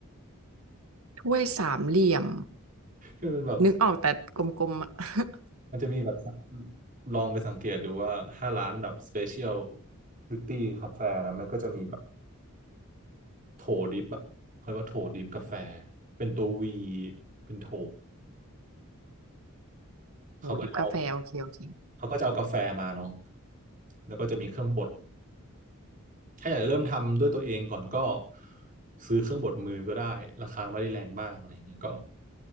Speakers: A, on the right; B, on the right.
A: ถ้วยสามเหลี่ยม
B: ที่มันเป็นแบบ
A: นึกออกแต่กลมๆอ่ะ <laughs>
B: มันจะมีแบบลองไปสังเกตดูว่าถ้าร้านแบบสเปเชียลลิตี้กาแฟนะมันก็จะมีแบบโถดิบอะเขาเรียกว่าโถดิบกาแฟเป็นตัววีเป็นโถ
A: โหดิบกาแฟโอเคโอเค
B: เขาก็เอาเขาก็จะเอากาแฟมาเนาะแล้วก็จะมีเครื่องบดถ้าอยากจะเริ่มทำด้วยตัวเองก่อนก็ซื้อเครื่องบดมือก็ได้ราคาไม่ได้แรงมากอะไรางเงี้ยก็